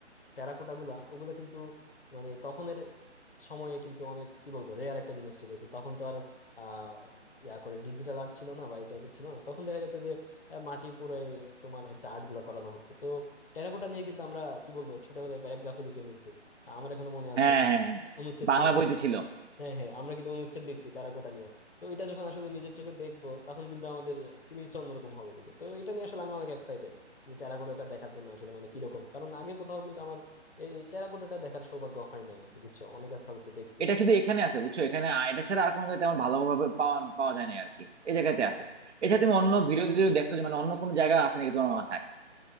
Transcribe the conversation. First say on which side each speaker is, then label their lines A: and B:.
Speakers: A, on the left; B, on the right.
A: টেরাকোটা গুলা ওগুলা কিন্তু মানে তখনের সময়ে কিন্তু অনেক কি বলবো রেয়ার একটা জিনিস ছিল তো তখন তো আর আহ ইয়া করে ডিজিটাল আর্ট ছিল না বা এই টাইপের ছিল না তখন দেখা যেত যে আহ, মাটি পুরো তোমার হচ্ছে আর্ট গুলা করানো হচ্ছে তো টেরাকোটা নিয়ে কিন্তু আমরা কি বলবো ছোটবেলায় প্যারাগ্রাফও লিখে ফেলছি আমার এখনো মনে আছে
B: হ্যাঁ
A: যে
B: হ্যাঁ হ্যাঁ
A: অনুচ্ছেদ
B: বাংলা
A: টনুচ্ছেদ
B: বইতে ছিল
A: হ্যাঁ হ্যাঁ আমরা কিন্তু অনুচ্ছেদ লিখছি টেরাকোটা নিয়ে তো এটা যখন আসলে নিজের চোখে দেখবো তখন কিন্তু আমাদের ফিলিংসটা অন্যরকম হবে কিন্তু তো এটা নিয়ে আসলে আমি অনেক এক্সাইটেড যে টেরাকোটাটা দেখার জন্য আসলে মানে কিরকম কারণ আগে কোথাও কিন্তু আমার এই টেরাকোটাটা দেখার সৌভাগ্য হয় নাই আর কি বুঝছো অনেক স্থাপত্য দেখছি
B: এটা শুধু এখানে আছে বুঝছো এখানে আ- এটা ছাড়া আর কোনো জায়গায় তেমন ভালোভাবে পাওয়া পাওয়া যায় না আর কি এই জায়গাতে
A: আচ্ছা
B: আছে
A: আচ্ছা
B: এছাড়া তুমি অন্য ভিডিওতে যদি দেখছো যে মানে অন্য কোনো জায়গা আছে নাকি তোমার মাথায়